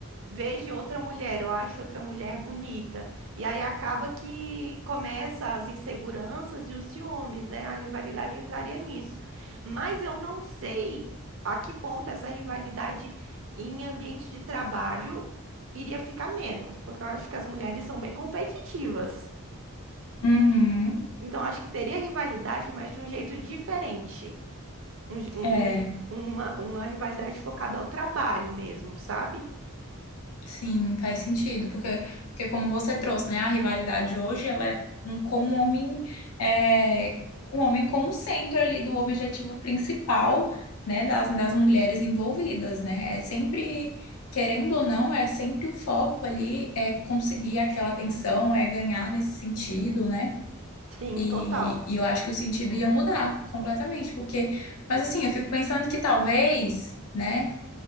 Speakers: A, on the right (about 60°); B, on the left (about 85°).
A: vejo outra mulher, eu acho outra mulher bonita. E aí acaba que começa as inseguranças e os ciúmes, né? A rivalidade entraria nisso. Mas eu não sei a que ponto essa rivalidade em ambiente de trabalho iria ficar menos, porque eu acho que as mulheres são bem competitivas.
B: Uhum.
A: Então, acho que teria rivalidade, mas de um jeito diferente. Um je- um-
B: É,
A: um je- uma, uma rivalidade focada ao trabalho mesmo, sabe?
B: sim, faz sentido, porque, porque como você trouxe, né, a rivalidade hoje, ela é com, com o homem, é, o homem como centro ali do objetivo principal, né, das, das mulheres envolvidas, né? É sempre, querendo ou não, é sempre o foco ali, é conseguir aquela atenção, é ganhar nesse sentido, né?
A: Sim,
B: E,
A: total.
B: e eu acho que o sentido ia mudar completamente, porque, mas assim, eu fico pensando que talvez, né,